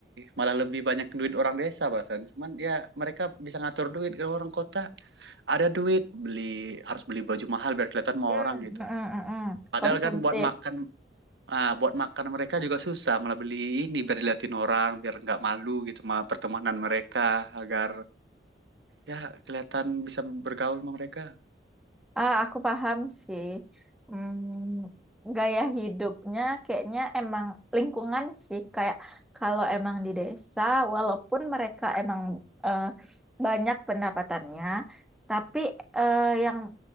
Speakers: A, on the right; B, in the centre.
A: malah lebih banyak duit orang desa bahkan cuman ya mereka bisa ngatur duit kalau orang kota ada duit beli harus beli baju mahal biar kelihatan mau
B: Hmm,
A: orang gitu
B: mm, mm, mm, mm.
A: padahal
B: Konsumtif.
A: kan buat makan Ah, buat makan mereka juga susah, malah beli ini biar diliatin orang, biar nggak malu gitu sama pertemanan mereka, agar ya kelihatan bisa bergaul sama mereka.
B: Ah, aku paham sih. Hmm, gaya hidupnya kayaknya emang lingkungan sih. Kayak kalau emang di desa, walaupun mereka emang eh, banyak pendapatannya, tapi eh, yang